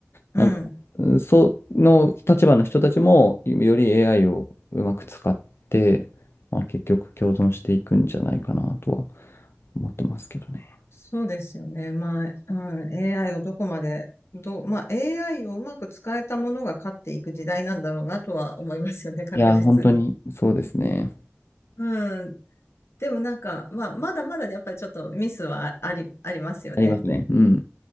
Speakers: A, on the left; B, on the left.
A: うん。
B: なんか、うんその立場の人たちもより AI をうまく使って、まあ、結局共存していくんじゃないかなとは思ってますけどね。
A: そうですよね。まあ、うん、AI をどこまで、どう、まあ AI をうまく使えたものが勝っていく時代なんだろうなとは思いますよね、<laughs> 確実に。
B: いやー、本当にそうですね。
A: うん。でもなんか、まあ、まだまだやっぱりちょっとミスはあり、ありますよね。
B: ありますね。うん。